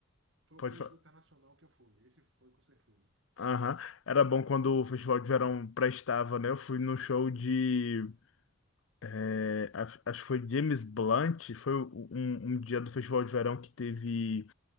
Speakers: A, on the right; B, on the left.
A: Foi o
B: Pode
A: primeiro
B: falar.
A: show internacional que eu fui. Esse foi com certeza.
B: Aham. Era bom quando o festival de verão prestava, né? Eu fui no show de. eh, acho acho que foi James Blunt. Foi um, um dia do festival de verão que teve.